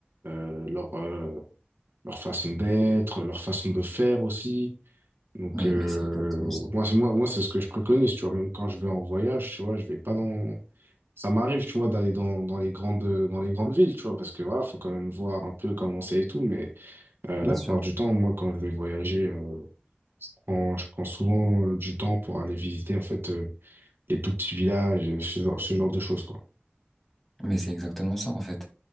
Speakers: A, on the right; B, in the centre.
A: euh, leur, euh, leur façon d'être, leur façon de faire aussi. Donc,
B: Mais,
A: euh,
B: mais c'est exactement ça.
A: moi, c'est- moi, moi, c'est ce que je préconise, tu vois. Même quand je vais en voyage, tu vois, je vais pas dans. Ça m'arrive, tu vois, d'aller dans, dans les grandes, dans les grandes villes, tu vois, parce que voilà, faut quand même voir un peu comment c'est et tout. Mais euh,
B: Bien
A: la
B: sûr.
A: plupart du temps, moi, quand je vais voyager, euh, je prends, je prends souvent euh, du temps pour aller visiter, en fait, euh, les tout petits villages, euh, ce genre, ce genre de choses, quoi.
B: Mais c'est exactement ça, en fait.